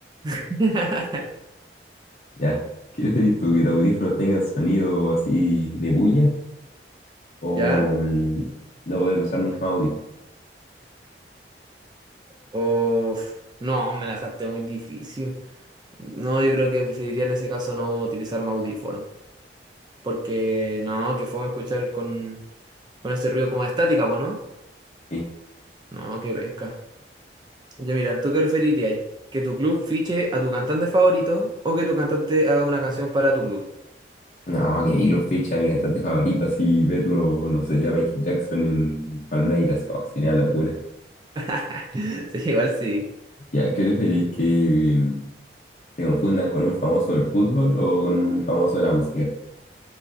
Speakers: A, on the right; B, on the left.
A: <laughs>
B: Ya, ¿qué preferís tú? ¿Que tus audífonos tengan sonido así de bulla? ¿O
A: ¿Ya?
B: mm, no poder usar nunca más audífonos?
A: O... No, me la dejaste muy difícil. No, yo creo que preferiría en ese caso no utilizar mi audífono. Porque no, que fome escuchar con, con ese ruido como de estática, ¿po no?
B: Sí.
A: No, que venga. Ya mira, ¿tú qué preferirías? ahí? ¿Que tu club fiche a tu cantante favorito o que tu cantante haga una canción para tu club?
B: No, que Milo Ficha, mi cantante favorito, así verlo, no sé, a Michael Jackson en Palmeiras, oh, sería una locura.
A: <laughs> Sí, igual sí.
B: Ya, ¿qué preferís que ¿Te confundan con un famoso del fútbol o con un famoso de la música?